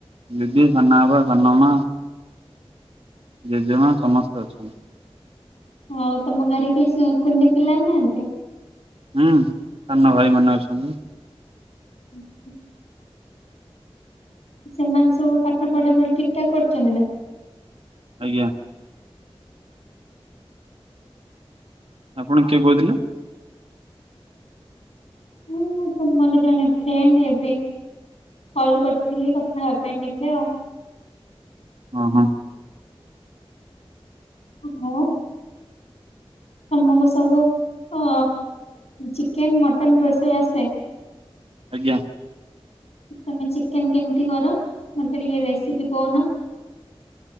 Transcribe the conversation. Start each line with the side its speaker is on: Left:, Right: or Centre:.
Right: ଦିଦି, ସାନବାପା ସାନମା ଜେଜେମା ସମସ୍ତେ ଅଛନ୍ତି।
Left: ହଉ ତମ ଘରେ କେହି ସେ କୁନି ପିଲା ନାହାନ୍ତି?
Right: ହୁଁ ସାନ ଭାଇ ମାନେ ଅଛନ୍ତି।
Left: ଉଁ ହୁଁ। ସେମାନେ ସବୁ ପାଠ ପଢା ପଢି ଠିକ୍ ଠାକ୍ କରୁଚନ୍ତି ନା?
Right: ଆଜ୍ଞା। ଆପଣ କିଏ କୋଉଥିଲେ?
Left: ମୁଁ ତୁମର ଜଣେ ଫ୍ରେଣ୍ଡ୍ ହେବି। କଲ୍ କରିଥିଲି କଥା ହେବା ପାଇଁ ଟିକେ ଆଉ।
Right: ହଁ ହଁ।
Left: <unintelligible> ତମକୁ ସବୁ ଅ ଚିକେନ୍ ମଟନ୍ ରୋଷେଇ ଆସେ?
Right: ଆଜ୍ଞା।
Left: ତମେ ଚିକେନ୍ କେମିତି କର ମତେ ଟିକେ ରେସିପି କହୁନ।